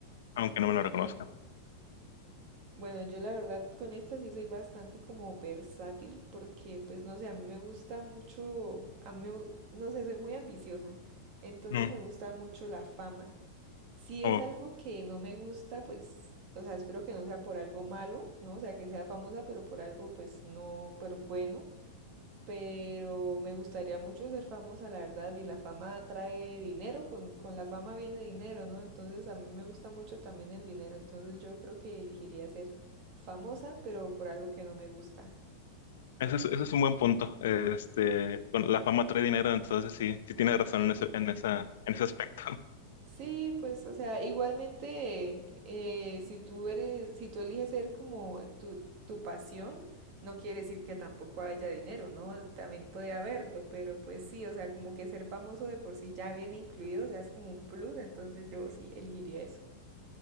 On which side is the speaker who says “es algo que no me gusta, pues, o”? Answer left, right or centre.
Right